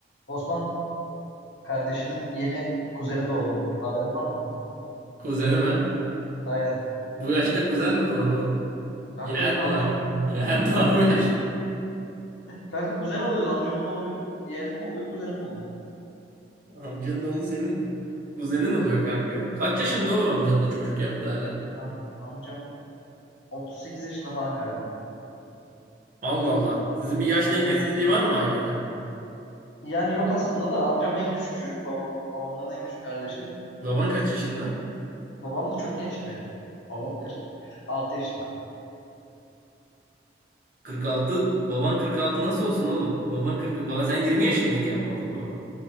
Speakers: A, on the left; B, on the right.
A: Osman kardeşinin yeni kuzeni doğdu. Haberin var mı?
B: Kuzeni mi?
A: Aynen.
B: Bu yaşta kuzen mi doğar oğlum?
A: Kanka
B: Yeğen
A: benim amcam
B: doğar. <laughs> Yeğen doğar
A: benim
B: bu yaşta.
A: kanka kuzen oluyoruz. Amcamın oğlu benim yeğenim mi oluyor, kuzenim mi oluyor?
B: Amcanın oğlu senin kuzenin oluyor kanka. Kaç yaşında oğlum amcanın da çocuk yaptı hala?
A: Tam amcam 38 yaşında falan galiba.
B: Allah Allah. Sizin bir yaş
A: Tabii
B: dengesizliği
A: tabii.
B: var mı ailede?
A: Yani yok aslında da amcam en küçük çocuk. Babam, babamların en küçük kardeşi.
B: Baban kaç yaşında?
A: Babam da çok genç ki benim. Babam 46 yaşında.
B: 46. Baban 46 nasıl olsun oğlum? Baban 40. Baba sen 20 yaşındayken mi oldu baba?